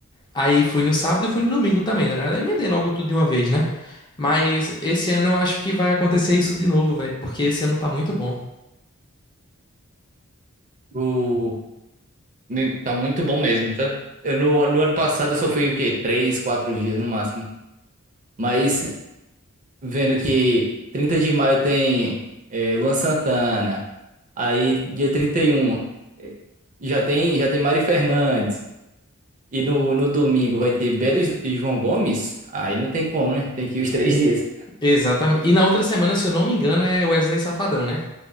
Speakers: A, on the left; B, on the right.
A: Aí fui no sábado e fui no domingo também, tá ligado? Aí emendei logo tudo de uma vez, né? Mas esse ano eu acho que vai acontecer isso de novo, velho, porque esse ano tá muito bom.
B: O... me- Tá muito bom mesmo, tá? Eu no, no ano passado eu só fui o quê? Três, quatro dias no máximo. Mas vendo que 30 de maio tem é, Luan Santana, aí dia 31 é, já tem, já tem Mário Fernandes, e no, no domingo vai ter Belo e João Gomes, aí não tem como, né? Tem que ir os três dias.
A: Exatamente. E na outra semana, se eu não me engano, é Wesley Safadão, né?